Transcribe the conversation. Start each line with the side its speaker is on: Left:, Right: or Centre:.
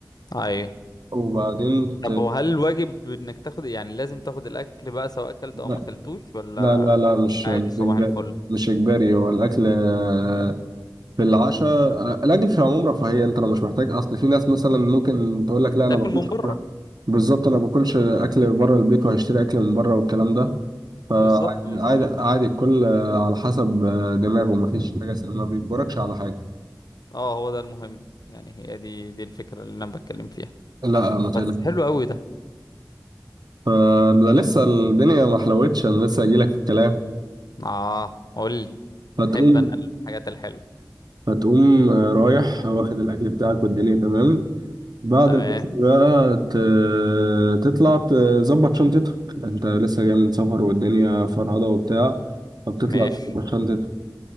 Left: ايوه
Right: وبعدين
Left: طب
Right: ت...
Left: وهل الواجب انك تاخد يعني لازم تاخد الاكل بقى سواء اكلت او
Right: لا
Left: ما اكلتوش ولا
Right: لا لا لا، مش
Left: عادي
Right: مش
Left: صباح
Right: إجباري
Left: الفل
Right: مش إجباري هو الأكل آه، في العشاء آه، الأكل في العموم رفاهية أنت لو مش محتاج أصل في ناس مثلا ممكن تقول لك لا أنا
Left: تاكل
Right: باكلش
Left: من بره
Right: بالظبط أنا باكلش أكل بره البيت وهشتري أكل من بره والكلام ده فعادي
Left: بالظبط بالظبط
Right: عادي عادي الكل آه، على حسب آه، دماغه مفيش حاجة س- ما بيجبركش على حاجة
Left: اه هو ده المهم يعني هي دي دي الفكرة اللي انا بتكلم فيها
Right: لا ما تقلقش
Left: بس حلو قوي ده
Right: فده لسه الدنيا ما حلوتش أنا لسه هجيلك في الكلام
Left: اه قول لي
Right: فتقوم
Left: احب انا الحاجات الحلوة
Right: فتقوم آه، رايح واخد الأكل بتاعك والدنيا تمام بعد
Left: تمام
Right: الأكل بقى ت- تطلع تظبط شنطتك انت لسه جاي من سفر والدنيا فرهضة وبتاع فبتطلع
Left: ماشي
Right: تظبط شنطتك